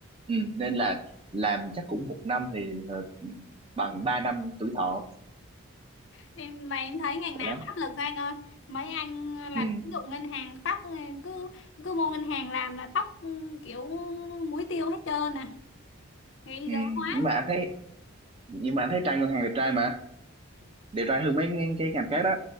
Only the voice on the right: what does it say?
ừ, nên là làm chắc cũng một năm thì ờ, bằng 3 năm tuổi thọ
của
lắm
ừ,
ừ.
nhưng mà anh thấy nhưng mà anh thấy trai ngân hàng đẹp trai mà đẹp trai hơn mấy ng- cái ngành khác đó